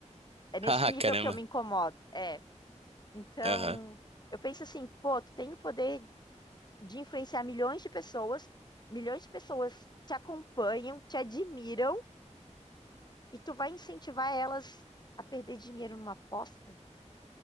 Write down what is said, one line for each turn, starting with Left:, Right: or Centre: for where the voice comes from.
Left: É nesse
Right: Ah,
Left: nível
Right: caramba.
Left: que eu me incomodo. É. Então,
Right: Aham.
Left: eu penso assim, pô, tu tem o poder de influenciar milhões de pessoas, milhões de pessoas te acompanham, te admiram, e tu vai incentivar elas a perder dinheiro numa aposta,